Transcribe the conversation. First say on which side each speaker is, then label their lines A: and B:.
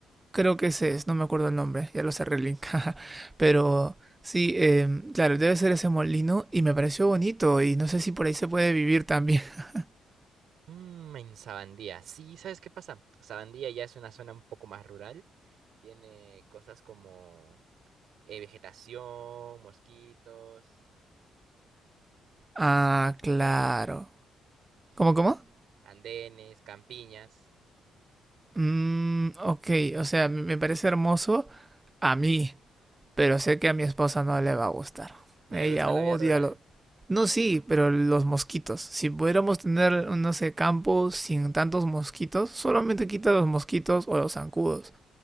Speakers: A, on the right; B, on the right.
A: Creo que ese es, no me acuerdo el nombre, ya lo cerré el link. <laughs> Pero sí, em, claro, debe ser ese molino y me pareció bonito y no sé si por ahí se puede vivir también. <laughs>
B: Mmm, en Sabandía. Sí, ¿sabes qué pasa? Sabandía ya es una zona un poco más rural. Tiene cosas como eh, vegetación, mosquitos,
A: Ah,
B: andenes,
A: claro. ¿Cómo, cómo?
B: andenes, campiñas.
A: Mm, ok, o sea, me me parece hermoso a mí, pero sé que a mi esposa no le va a gustar.
B: No
A: Ella
B: le gusta
A: odia
B: la vida rural.
A: lo... No, sí, pero los mosquitos. Si pudiéramos tener, no sé, campos sin tantos mosquitos, solamente quita los mosquitos o los zancudos.